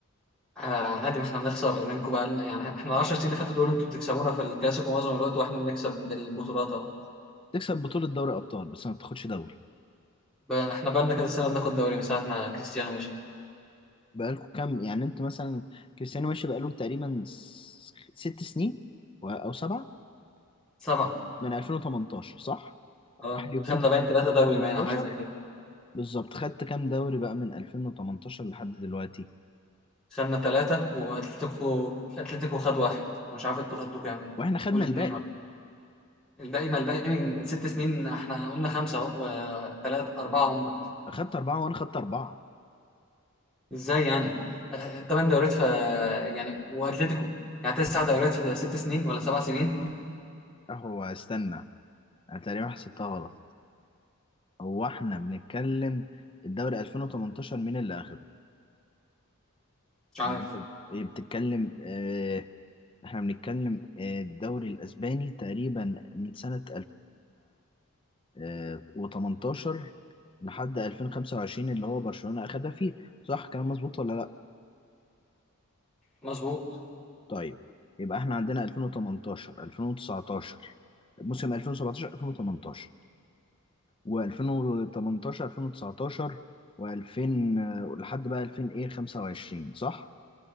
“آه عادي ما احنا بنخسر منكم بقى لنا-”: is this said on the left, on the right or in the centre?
Centre